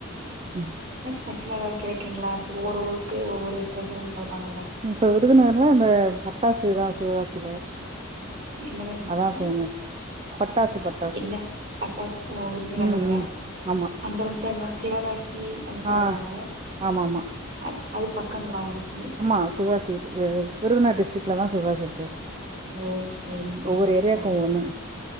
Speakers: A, on the right (about 25°); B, on the right (about 45°).
A: ம்
B: ஃபர்ஸ்ட்ல எதாவது கெடைக்குங்களா இப்ப ஒவ்வொரு ஊருக்கு ஒவ்வொரு ஸ்பெஷல்னு சொல்றாங்கல்ல
A: இப்ப விருதுநகர்ல இந்த பட்டாசுதா சிவகாசில
B: என்னதான சிஸ்டர்
A: அதா ஃபேமஸ் பட்டாசு பட்டாசு
B: என்ன பட்டாசு ஓ விருதுநகர்ல
A: ம் ம் ஆமா
B: அங்க வந்து எல்லா சிவகாசி அத சொல்லுவாங்கல்ல
A: ஆ ஆமா ஆமா
B: அ அது பக்கங்கலா ஒங்களுக்கு
A: ஆமா சிவாசி விருதுநகர் டிஸ்ட்ரிக்லதா சிவாசி இருக்கு
B: ஓ சேரி
A: ம்
B: சேரிங்க
A: ஒவ்வொரு
B: சிஸ்டர்
A: ஏரியாக்கு ஒவ்வொண்ணு